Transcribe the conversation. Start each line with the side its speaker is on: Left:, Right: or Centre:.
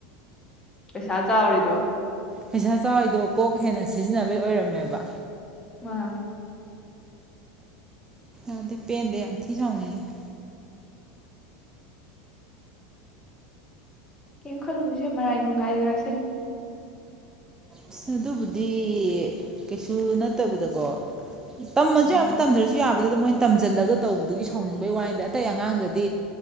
Left: ꯄꯩꯁꯥ ꯆꯥꯎꯔꯤꯗꯣ
Right: ꯄꯩꯁꯥ ꯆꯥꯎꯏꯗꯣ ꯀꯣꯛ ꯍꯦꯟꯅ ꯁꯤꯖꯤꯟꯅꯕꯩ ꯑꯣꯏꯔꯝꯃꯦꯕ
Left: ꯃꯥꯅꯦ
Right: ꯑꯗꯤ ꯄꯦꯟꯗ ꯌꯥꯝꯊꯤ ꯁꯥꯎꯅꯤꯡꯉꯤ
Left: ꯀꯩꯝ ꯈꯜꯂꯨꯅꯨꯁꯦ ꯃꯔꯥꯏ ꯅꯨꯡꯉꯥꯏꯖꯔꯛꯁꯅꯤ
Right: ꯑꯁ ꯑꯗꯨꯕꯨꯗꯤ ꯀꯩꯁꯨ ꯅꯠꯇꯕꯗꯀꯣ ꯇꯝꯃꯖꯨ
Left: ꯎꯝ
Right: ꯌꯥꯝꯕ ꯇꯝꯗ꯭ꯔꯖꯤ ꯌꯥꯕ ꯑꯗꯨꯗꯨꯗ ꯃꯣꯏꯅ ꯇꯝꯖꯜꯂꯒ ꯇꯧꯕꯗꯨꯒꯤ ꯁꯥꯎꯅꯤꯡꯕꯩ ꯋꯥꯅꯤꯗꯤ ꯑꯇꯩ ꯑꯉꯥꯡꯗꯗꯤ